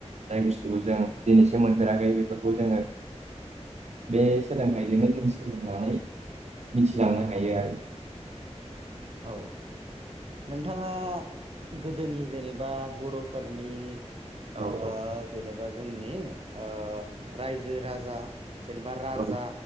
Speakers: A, on the right; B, on the right.
A: जाय बुस्थुखौ जों दिनैसिम मोनफेराखै बेफोरखौ जोंङो बे सोलोंथाइजोंनो जों सोलोंनानै मिथिलांनो हायो आरो।
B: औ। नोंथांङा गोदोनि जेनेबा बरफोरनि ओ
A: औ
B: जेनेबा जोंनि ओ रायजो राजा जेनेबा राजा
A: औ